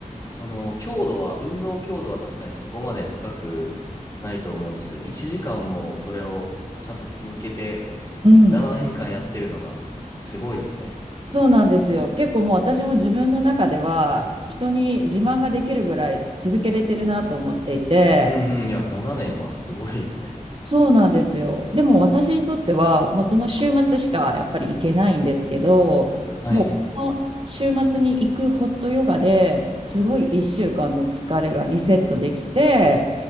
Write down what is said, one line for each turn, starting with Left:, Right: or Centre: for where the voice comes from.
Left: その、強度は、運動強度は確かにそこまで高くないと思うんですけど、1時間もそれをちゃんと続けて、
Right: うん、
Left: 7年間やってるのが、すごいですね。
Right: そうなんですよ結構もう私も自分の中では人に自慢ができるぐらい続けれてるなと思っていて
Left: うんうん、いや、7年はすごいですね。
Right: そうなんですよ。でも私にとっては、もうその週末しかやっぱり行けないんですけど、
Left: はい。
Right: もうこの週末に行くホットヨガですごい1週間の疲れがリセットできて、